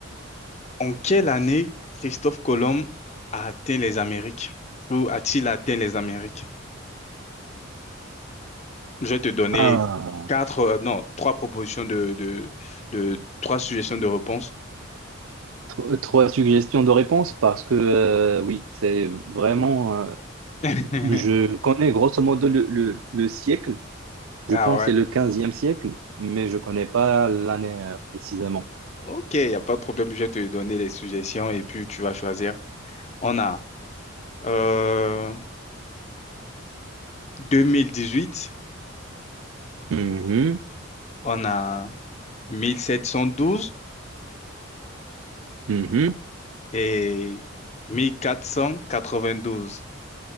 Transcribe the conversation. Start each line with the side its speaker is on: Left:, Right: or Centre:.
Left: En quelle année Christophe Colomb a atteint les Amériques? Ou a-t-il atteint les Amériques? Je vais te donner
Right: Ah,
Left: quatre, euh, non, trois propositions de, de, de- trois suggestions de réponse.
Right: tro- trois suggestions de réponse parce que euh, oui, c'est vraiment. euh,
Left: <laughs>
Right: je connais grosso modo le, le, le siècle, Je
Left: Ah
Right: pense
Left: ouais.
Right: que c'est le quinzième siècle, mais je connais pas l'année euh, précisément.
Left: Ok, il n'y a pas de problème. Je vais te donner les suggestions et puis tu vas choisir. On a euh, 2018,
Right: Mhm,
Left: on a 1712
Right: mhm.
Left: et 1492.